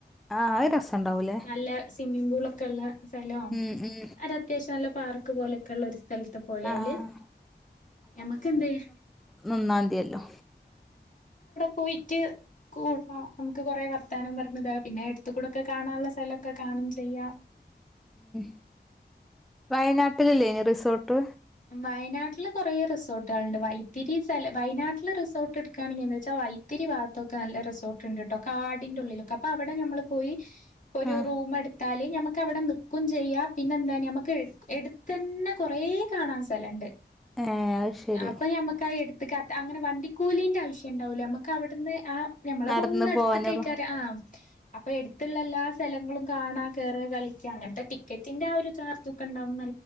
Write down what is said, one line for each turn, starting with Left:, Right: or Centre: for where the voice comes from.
Centre: ആഹ് അത് രസണ്ടാവൂലേ
Left: നല്ല സ്വിമ്മിംഗ പൂളൊക്കെ ഉള്ള സ്ഥല ആ
Centre: ഉം ഉം
Left: അര അത്യാവശ്യം നല്ല പാർക്ക് പോലൊക്ക ഉള്ള സ്ഥലത്ത് പോയാല്
Centre: ആഹ്
Left: ഞമക്കെന്തെ ച
Centre: നന്നാംതിയല്ലോ
Left: പോയിട്ട് കൂടണം നമുക്ക് കൊറെേ പോയിട്ട് പ കൊ നമുക്ക് കൊറെവർത്താനം പറഞ്ഞത പിന്നെ എടുത്ത കൂടെൊക്കെ കാണാനുള്ള സ്ഥലൊക്കെ കാണും ചെയ്യാം
Centre: ഉ വയനാട്ടിലല്ലേനി റിസോർട്ട്
Left: വയനാട്ടില് കുറെേ റിസോർട്ടുകളുണ്ട് വൈത്തിരി സ്ഥലം വയനാട്ടില് റിസോർട്ട് എടുക്കുകയാണെങ്കിൽ എന്താ വെച്ചാ വൈത്തിരി ഭാഗത്തൊക്കെ നല്ല റിസോർട്ട്ുണ്ട് നട്ടോ കാടിന്റെള്ളിലൊക്കെ അപ്പൊ അവിടെ നമ്മൾ പോയി ഒരു
Centre: ആഹ്
Left: റൂം എടുത്താല് ഞമുക്ക് അവടെ നിക്കും ചെയ്യ പിന്നെന്താണ്എടുത്ത്ു തന്നെ കൊറെ കാണാൻ സ്ഥലുണ്ട്
Centre: ഏഹ് അത് ശരി
Left: അപ്പൊ ഞമ്മക്കായി എടു ക്അ അങ്ങനെ വണ്ടിക്കൂലിന്റെ ആവശ്യം ഉണ്ടാവൂല്ല നമുക്ക് അവിടുന്ന് ആ ഞമ്മളെ
Centre: നടന്ന്
Left: റൂമിനിന്ന് എടുത്ത്
Centre: പോവാനുള്ള
Left: ആയിക്കാരം അപ്പൊ എടുത്തുള്ള എല്ലാ സ്ഥലങ്ങളും കാണ കേയറ കളിക്കുക അങ്ങനത്തെ ടിക്കറ്റിന്റെ ആ ഒരു ചാർജ് ഒക്കെ ഉണ്ടാവുന്ന